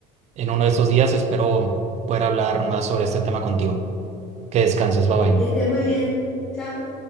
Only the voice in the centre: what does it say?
Que estés muy bien. Chao.